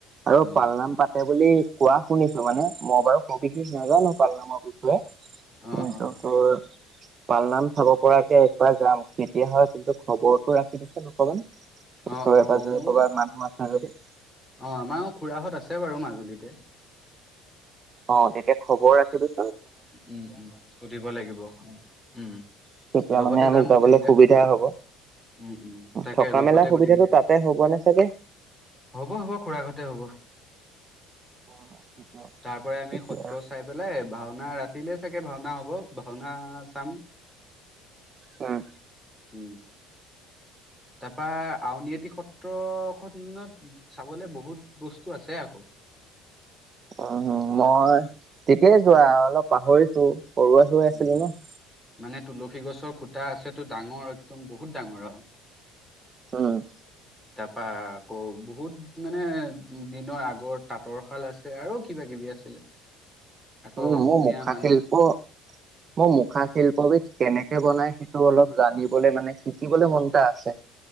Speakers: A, on the right; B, in the centre.
A: আৰু
B: উম,
A: পালনাম পাতে বুলি, কোৱা শুনিছো মানে মই বাৰু সবিশেষ নাজানো পাল নামৰ বিষয়ে।
B: অ
A: <unintelligible>
B: অ
A: পালনাম চাব পৰাকে একবাৰ যাম, কেতিয়া হয় কিন্তু খবৰতটো ৰাখি দিছ অকমান। ওচৰে
B: অ অ
A: পাজৰে
B: মোৰ
A: ক'ৰবাত মানুহ, <unintelligible>
B: অ আমাৰো খুৰাহঁত আছে বাৰু মাজুলীতে ।
A: অৱ তেতিয়া খৱৰ ৰাখিবি
B: উম উম সুধিব লাগিব, উম
A: তেতিয়া
B: লগতে
A: মানে আমি
B: যাম
A: যাবলৈ
B: গোটেইকেইটা
A: সুবিধা হ'ব।
B: উম উম তাকে
A: থকা
B: লগতে
A: মেলা সুবিধাটো
B: গোটেইকেই,
A: তাতে হ'বনে চাগে?
B: হ'ব হ'ব খুৰা ঘৰতে হ'ব।
A: <unintelligible>
B: তাৰ পৰা আমি
A: তেতিয়া
B: সত্ৰ চাই পেলাই ভাওনা ৰা টি লে চাগে ভাওনা হ'ব ভাওনা চাম ।
A: উম
B: উম তাৰপা আউনীআটি সত্ৰখনত চাবলে বহুত বস্তু আছে আক ।
A: উম মই তেতিয়াই যোৱা অলপ পাহৰিছো । সৰু হৈ আছিলি
B: উম,
A: ন ।
B: মানে, তুলসী গছৰ খুটা আছেটো, ডাঙৰ, একদম বহুত ডাঙৰ আও!
A: অ'!
B: তাৰপা, ‌ আকৌ, বহুত মানে, দিনৰ আগৰ তাঁতৰশাল আছে আৰু কিবা কিবি আছিলে। আকৌ
A: উম!
B: অসমীয়া
A: মোৰ মুখা
B: মানুহ
A: শিল্প, মোৰ মুখা শিল্পবিধ কেনেকে কেনেকে বনাই সেইটো অলপ জানিবলৈ মানে, শিকিবলৈ মন এটা আছে।